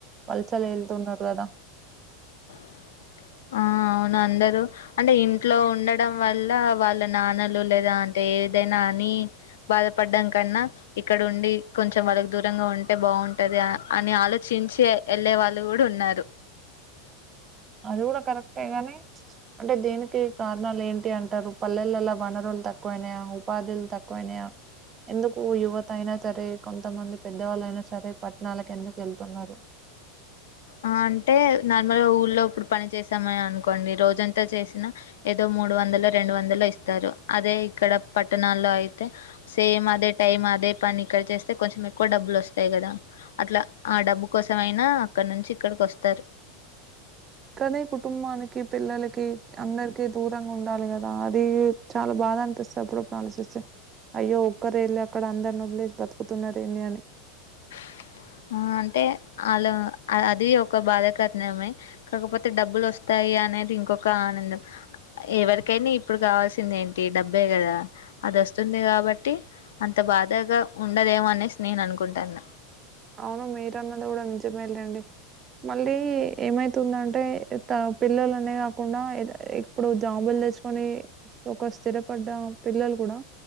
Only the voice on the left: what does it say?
<inaudible> ఆ అవును అందరు అంటే ఇంట్లో ఉండడం వల్ల వాళ్ళ నాన్నలు లేదా అంటే ఏదైనా అని బాధపడ్డాం కన్నా ఇక్కడ ఉండి కొంచెం వాళ్ళకి దూరంగా ఉంటే బాగు టది అని ఆలోచించి వెళ్ళే వాళ్ళు కూడా ఉన్నారు
ఆ అంటే నార్మల్గా ఊ లో ఇప్పుడు పని చేసామని అనుకోండి రోజంతా చేసినా ఏదో మూడు వందలో రెండు వందలో ఇస్తారు అదే ఇక్కడ పట్టణాల్లో అయితే సేమ్ అదే టైమ్ అదే పని ఇక్కడ చేస్తే కొంచెం ఎక్కువ డబ్బు స్తాయి కదా అట్లా ఆ డబ్బు కోసం అయినా అక్కడ నుంచి ఇక్కడికి వస్తారు
<inaudible> <inaudible> ఆ అంటే వాళ అది ఒక బాధాకరణమే కాకపోతే డబ్బులు వస్తాయి యి అనేది ఇంకొక ఆనందం ఎవరికైనా ఇప్పుడు కావాల్సింది ఏంటి డబ్బే కదా అది వస్తుంది కాబట్టి అంత బాధగా ఉండదేమో అనేసి నేను అనుకుంటాన్న